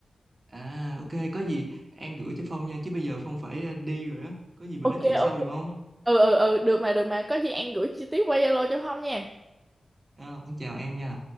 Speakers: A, on the right (about 40°); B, on the right (about 15°).
A: à ok có gì An gửi cho Phong nha chứ bây giờ Phong phải ờ, đi rồi á có gì mình
B: Ok
A: nói chuyện sau
B: ok.
A: được không
B: Ừ ừ ừ được mà được mà có gì An gửi chi tiết qua Zalo cho Phong nha.
A: à, Phong chào An nha